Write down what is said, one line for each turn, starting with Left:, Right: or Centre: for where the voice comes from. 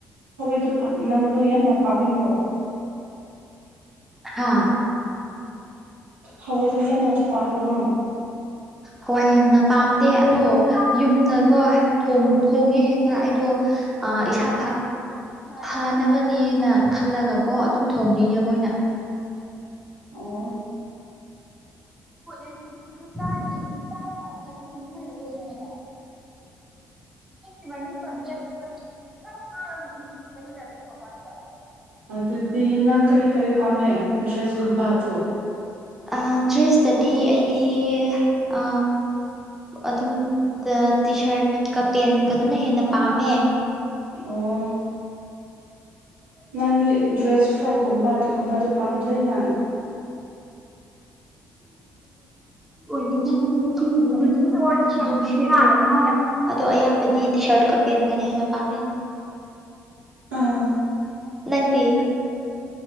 Right: ꯍꯣꯏꯗꯨ ꯅꯪꯗꯣ ꯌꯥꯝꯅ ꯄꯥꯝꯕ꯭ꯔꯣ
Centre: ꯍꯥꯥ
Right: ꯍꯣꯌꯥꯏꯗꯣ ꯌꯥꯝ ꯅ ꯄꯝꯕ‍꯭ꯔꯣ ꯅꯪ
Centre: ꯍꯋꯥꯏ ꯌꯥꯝꯅ ꯄꯥꯝꯗꯦ ꯑꯗꯣ ꯌꯨꯝꯗꯀꯣ ꯊꯣꯡꯉꯦ ꯍꯦꯛꯇ ꯑꯩꯗꯣ ꯑꯥ ꯏꯁꯥ ꯐꯅꯕꯅꯦꯅ ꯈꯜꯂꯒꯀꯣ ꯑꯗꯨꯝ ꯊꯣꯡꯕꯤꯌꯦ ꯃꯣꯏꯅ
Right: ꯑꯣ
Centre: ꯣꯠ ꯈꯗ <unintelligible> ꯌꯥꯦ ꯄ <unintelligible>
Right: ꯑꯗꯨꯗꯤ ꯅꯪ ꯀꯔꯤ ꯀꯔꯤ ꯄꯥꯝꯃꯦ ꯗ꯭ꯔꯦꯁꯀꯨꯝꯕꯗꯣ
Centre: ꯑꯥ ꯗ꯭ꯔꯦꯁꯇꯗꯤ ꯑꯩꯗꯤ ꯑ ꯑꯗꯨ ꯑꯗꯨꯝ ꯇꯤ ꯁꯥꯔꯠꯀ ꯄꯦꯟꯒꯗꯨꯅ ꯍꯦꯟꯅ ꯄꯥꯝꯃꯦ
Right: ꯑꯣ ꯅꯥꯟꯗꯤ ꯗ꯭ꯔꯦꯁ ꯐ꯭ꯔꯣꯛꯒꯨꯝꯕ ꯑꯗꯨ ꯀꯨꯝꯕꯗꯣ ꯄꯥꯝꯗ꯭ꯔꯥ ꯅꯪ
Centre: ꯗꯤꯗ ꯑꯗꯨ ꯍꯧꯖꯤ <unintelligible> ꯑꯗꯣ ꯑꯌꯥꯝꯕꯗꯤ ꯇꯤ ꯁꯥꯔꯠꯀ ꯄꯦꯟꯅꯒꯅ ꯍꯦꯟꯅ ꯄꯥꯝꯃꯦ
Right: ꯑꯥ
Centre: ꯅꯪꯗꯤ